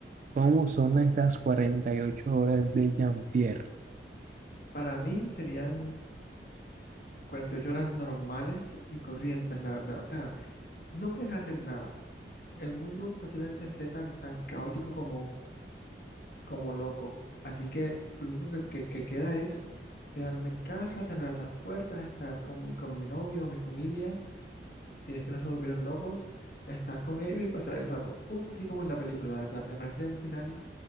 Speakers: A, on the right; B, on the left.
A: ¿Cómo son estas 48 horas de Jean-Pierre?
B: Para mí serían 48 horas normales y corrientes, la verdad. O sea, no puedes hacer nada. El mundo posiblemente esté tan, tan caótico como, como loco. Así que lo único que, que- que queda es quedarme en casa, cerrar las puertas, estar con mi, con mi novio o mi familia. Si es que no se volvieron locos, estar con ellos y pasar el rato. Justo así como en la película, la verdad. Me parece un final